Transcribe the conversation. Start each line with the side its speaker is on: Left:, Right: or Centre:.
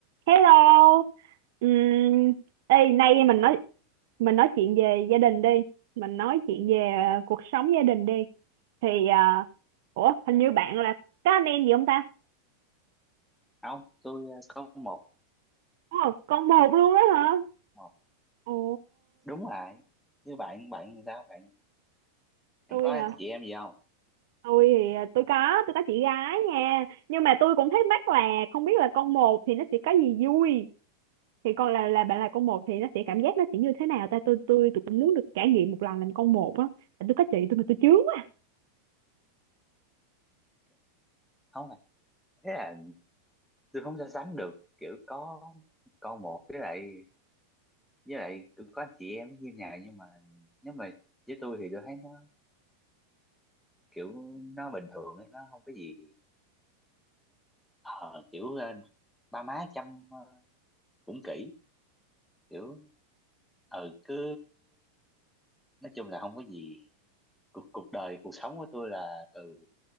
Right: Hello. Ừm, ê, nay
Centre: Ôi,
Right: mình nói mình nói chuyện về gia đình đi. Mình nói chuyện về ờ, cuộc sống gia đình đi. Thì à, ủa,
Centre: dạ.
Right: hình như bạn là có anh em gì không ta?
Centre: không tôi ờ, có một
Right: Ồ, con một luôn đó hả?
Centre: một
Right: Ồ,
Centre: đúng rồi như bạn bạn sao bạn
Right: tôi
Centre: bạn có
Right: à,
Centre: chị em gì không
Right: tôi thì à, tôi có, tôi có chị gái nha. Nhưng mà tôi cũng thắc mắc là không biết là con một thì nó sẽ có gì vui. Thì còn là là bạn là con một thì nó sẽ cảm giác nó sẽ như thế nào ta? Tôi tôi tôi cũng muốn được trải nghiệm một lần làm con một á. Tại Tôi có chị tôi mà tôi chướng quá.
Centre: không à thế là tôi không so sánh được kiểu có con một với lại với lại tôi có anh chị em như nào nhưng mà nếu mà với tôi thì tôi thấy nó kiểu nó bình thường ấy nó không có gì ờ, kiểu ờ, ba má chăm ờ, cũng kỹ kiểu ừ cứ nói chung là không có gì cuộc cuộc đời cuộc sống của tôi là từ